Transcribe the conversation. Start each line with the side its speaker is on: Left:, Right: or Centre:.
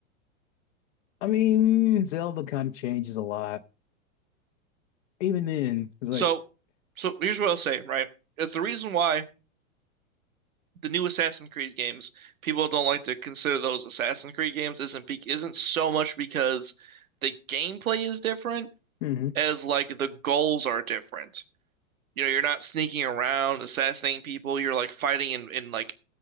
Left: I mean, Zelda kind of changes a lot. Even then, it's like,
Right: so so here's what I'll say, right? It's the reason why the new Assassin's Creed games, people don't like to consider those Assassin's Creed games isn't be isn't so much because the gameplay is different
Left: hmm
Right: as like the goals are different. You know, you're not sneaking around assassinating people. You're like fighting in, in like